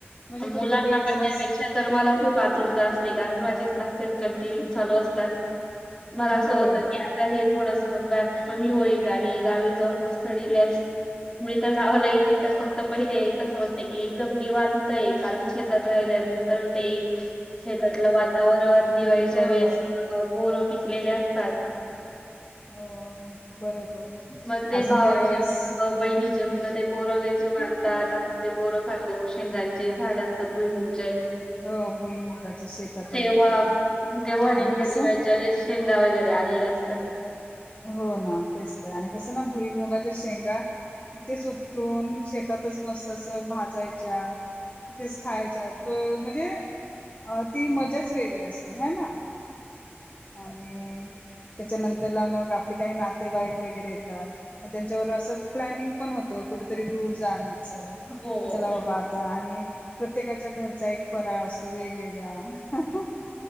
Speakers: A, on the left; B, on the left.
A: म्हणजे कुठे
B: मुलांना
A: कुठे
B: म्हणण्यापेक्षा
A: जरास
B: तर मला खूप आतुरता असते. कारण माझे क्लासेस कंटिन्यू चालू असतात. मला असं
A: होय
B: होत की, आता हे थोडस व्याप कमी होईल आणि गावी जाऊन मस्त रिलॅक्स. मी तर गावाला गेली तर फक्त पहिले एकच म्हणते की एकदम निवांत होतय. कारण शेतात राहिल्यानंतर ते शेतातलं वातावरण दिवाळीच्या
A: होय
B: वेळेस पोरं पिकलेले असतात.
A: हो बरोबर
B: म ते
A: अजून
B: भावाचे
A: त्या वेळेस
B: अ बहिणी ते मूल ते बोरं वेचून आणतात. आपण ते बोरं खातो. शेंगांचे झाड असतात. भुईमुगचे
A: हो भुईमुगाच्या शेतात
B: तेव्हा
A: वगैरे जाऊन
B: तेव्हा नेमक्या
A: आणि कसं
B: दिवाळीच्या वेळेस शेंगा वगैरे आलेल्या अस तर
A: हो ना तेच तर आणि कसं ना भुईमुगाच्या शेंगा तिथेच उपटून शेतातच मस्त अस भाजायच्या तिथेच खायच्या तो म्हणजे अ ती मजाच वेगळी असते. हे ना आणि त्याच्या नंतरला मग आपले काही नातेवाईक वगैरे येतात मग त्यांच्यावर अस प्लनिंग पण होत कुठेतरी दूर जाण चला
B: हो.
A: बाबा आता आणि प्रत्येकाच्या घरचा एक फराळ असतो वेगवेगळा अहह ह